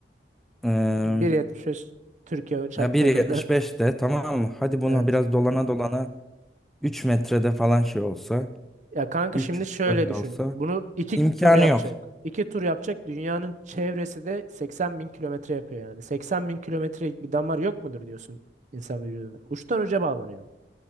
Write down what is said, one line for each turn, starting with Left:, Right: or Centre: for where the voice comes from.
Centre: eee
Right: 1.75 Türkiye şartlarında.
Centre: ya 1.75 de tamam mı? Hadi buna
Right: Evet.
Centre: biraz dolana dolana 3 metrede falan şey olsa
Right: Ya kanka
Centre: 3
Right: şimdi şöyle
Centre: öyle
Right: düşün.
Centre: olsa
Right: Bunu iki
Centre: imkanı
Right: tur yapacak.
Centre: yok.
Right: İki tur yapacak. Dünyanın çevresi de 80 bin kilometre yapıyor yani. seksen bin kilometrelik bir damar yok mudur diyorsun insan vücuduna. Uçtan uca bağlanıyor. bu.